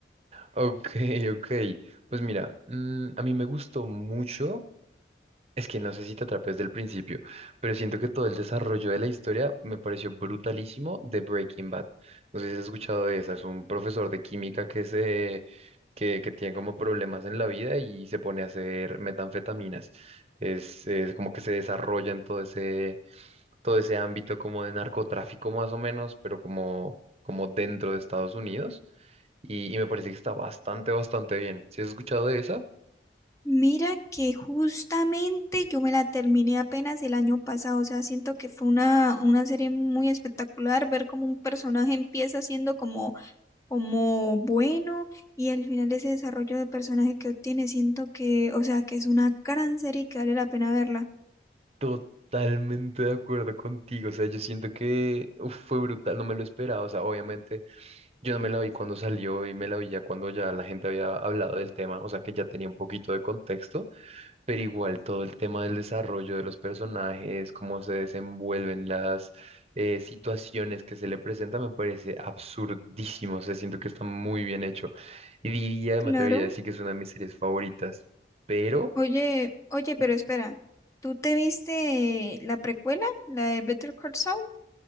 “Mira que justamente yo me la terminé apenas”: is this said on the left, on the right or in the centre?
Left